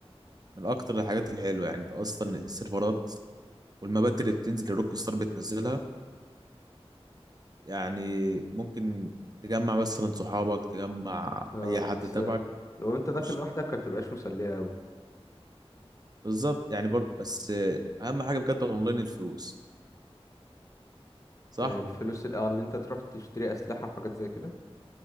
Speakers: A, on the right; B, on the left.
A: من اكتر الحاجات الحلوه يعني انت اصلا السيرفرات والمبات اللي بتنزل الروك ستار بتنزلها يعني ممكن تجمع مثلا صحابك تجمع
B: اه
A: اي حد
B: بس
A: تبعك
B: لو انت داخل
A: مش-
B: لوحدك ما بتبقاش مسلية اوي
A: بالظبط يعني بر... بس اهم حاجه في جاتا اونلاين الفلوس صح
B: آه، الفلوس الاول اللي انت تروح تشتري اسلحة وحاجات زي كده